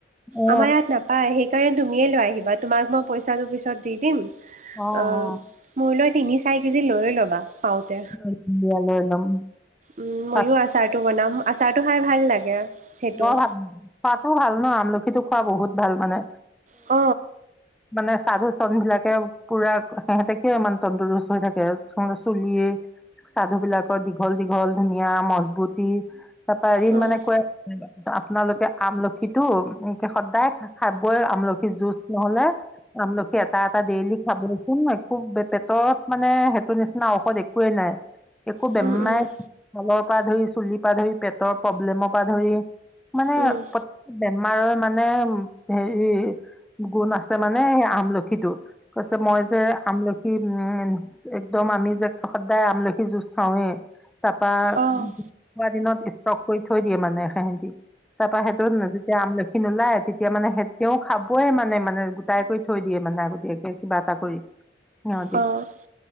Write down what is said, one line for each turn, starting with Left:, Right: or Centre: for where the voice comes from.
Centre: অঁ
Right: আমাৰ ইয়াত নাপায় আহি সেই কাৰণে তুমিয়ে লৈ আহিবা, তোমাক মই পইচাটো পিছত দি দিম
Centre: অঁ অঁ অঁ
Right: অহ' মোৰলৈ তিনি চাৰি কেজি লৈ ল'বা। পাওঁতে
Centre: লৈ ল'ম দিয়া লৈ ল'ম
Right: উম', ময়ো
Centre: পাত
Right: আছো। আচাৰটো বনাম, আচাৰ টো খাই ভাল লাগে। সেইটো।
Centre: অহ', ভালে খোৱাতো ভাল ন' আমলখিটো খোৱা বহুত ভাল মানে।
Right: অ',
Centre: মানে সাধুচৰ নিচিনাকে পুৰা সিহঁতে কিয় ইমান তন্দৰস্ত হৈ থাকে। সিহতৰ চুলিয়ে সাধু বিলাকৰ দীঘল দীঘল ধুনীয়া মজবুতি, তাৰ পৰা এদিন
Right: অ',
Centre: মানে কয় আপোনালোকে আমলখিটো, সদায় খাবই আমলখি জুজ নহ'লে আমলখি এটা এটা ডেইলি খাবচোন, একো পেটতত মানে সেইটো নিচিনা ঔষধ একোৱেই নাই। একো বেমাই
Right: উম, উম,
Centre: তলৰ পৰা ধৰি চুলিৰ পৰা ধৰি পেটৰ প্ৰব্লেমৰ পৰা ধৰি মানে
Right: উম,
Centre: প্ৰতেক বেমাৰৰ মানে হেৰি গুণ আছে মানে সেই আমলখিটো কৈছে মই যে আমলখি উম', একদম আমি যে সদায় আমলখি যুজ খাওঁৱে। তাৰপা খোৱা
Right: অ',
Centre: দিনত ষ্টক কৰি থৈ দিয়ে মানে সিহতে। তাৰ পৰা সেইটোত যেতিয়া আমলখি নোওলাই, তেতিয়া মানে সেতেওঁ খাবইে মানে মানে গোটাই কৰি থৈ দিয়ে মানে আগতীয়াকে, কিবা এটা কৰি সিহঁতে।
Right: অ', অ',